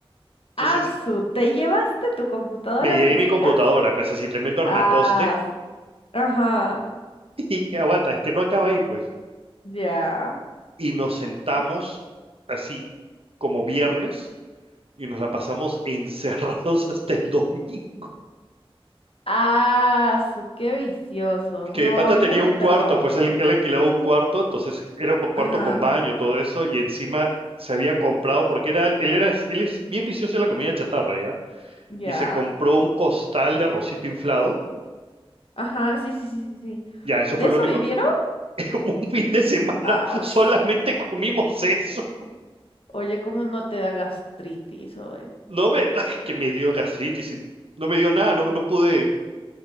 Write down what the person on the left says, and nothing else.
Asu, ¿te llevaste tu computadora
hasta
su
casa?
Ah, ajá.
Ya.
Ah, su, qué viciosos.
No,
yo
nunca
tanto.
Ajá,
ya.
Ajá, sí, sí, sí, sí, sí.
¿De
eso
vivieron?
Ah,
su.
Oye, ¿cómo no te da gastritis, oye?